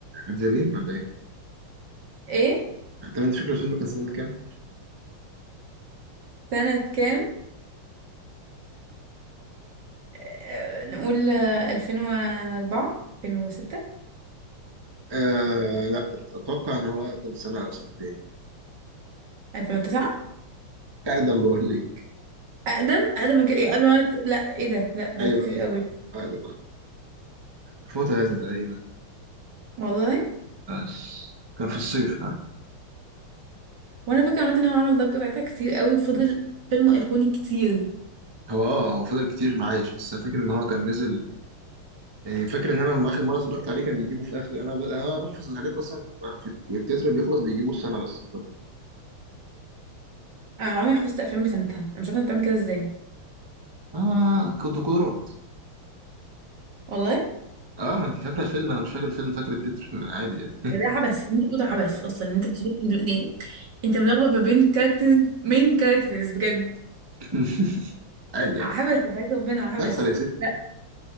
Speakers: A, on the right; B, on the right.
A: زلين ولا ايه؟
B: ايه
A: طب انت فاكر الفيلم كان سنة كام؟
B: سنه كام آه، نقول آه، 2004 2006
A: آه لا اتوقع ان هو اقدم سنة او سنتين
B: 2009
A: اقدم بقول لك
B: اقدم اقدم من كده
A: ايوه
B: إيه، قبل ما أنا- لا ايه ده لا ده
A: ايوه
B: كتير
A: ايوه
B: قوي
A: أيوة، اقدم أقدم. 2003 تقريبا
B: والله
A: بس كان في الصيف آه.
B: وانا فاكره عامه ان هو عمل ضجه ساعتها كتير قوي وفضل فيلم ايقوني كتير
A: هو اه هو فضل كتير معايش بس فاكر ان هو كان نزل يعني فاكر ان انا لما اخر مره اتفرجت عليه كان بيجيبوا في اخر انا ب... انا بحفظ الحاجات اصلا في التتر بيخلص بيجيبوا السنه بس
B: انا عمري ما حفظت افلام بسنتها انا مش عارفه أنت بتعمل كده ازاي
A: اه كنت قدرات
B: والله
A: اه ما انت فاكره الفيلم انا مش فاكر الفيلم فاكر التتر عادي يعني
B: ده عبث انت بتقول ده عبث اصلا ان انت مش عارف- انت يعني انت ملخبط ما بين كاركترز مين كاركترز بجد
A: <laughs> عادي
B: عبث
A: عادي
B: يا حياة ربنا عبث
A: تحصل يا ستي
B: لا